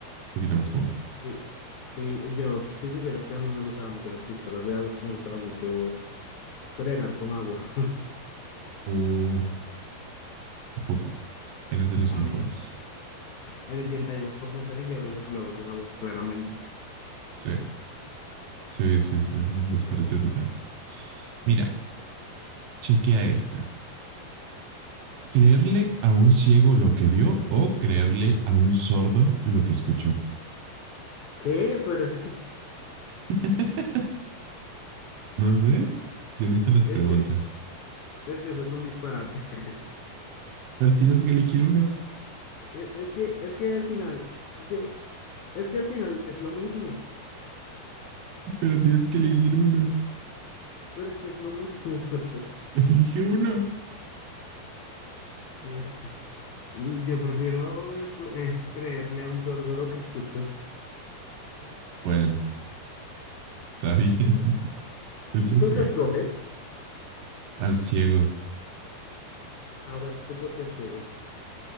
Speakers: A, on the right; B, on the left.
A: poquito más común.
B: Sí. Sí, yo, si supieras que a mí me gustaban mucho las pistolas de agua, me gustaba mucho bregar con agua. <laughs>
A: Uh, ¿a poco? Eras de los
B: Ah,
A: mejores.
B: mira, el 82% eligió los globos de agua, claramente.
A: Sí, sí, sí, sí. un Desprecio total. Mira, chequea esta. creerle a un ciego lo que vio o creerle a un sordo lo que escuchó.
B: ¿Qué? Pero es que,
A: <laughs> no sé, yo no hice las
B: es
A: preguntas,
B: que, es que eso es un disparate. <laughs>
A: pero tienes que elegir uno,
B: e- Es que, es que al final, yo, es que al final es lo mismo,
A: pero tienes que elegir uno,
B: pero es que es lo mismo. <laughs>
A: elige uno.
B: Eh, mm, Yo prefiero escu- eh, creerle a un sordo lo que escucho.
A: Bueno, está bien, <laughs> eso
B: ¿Tú
A: creo.
B: qué escoges?
A: Al ciego,
B: A ver, tú porque el ciego.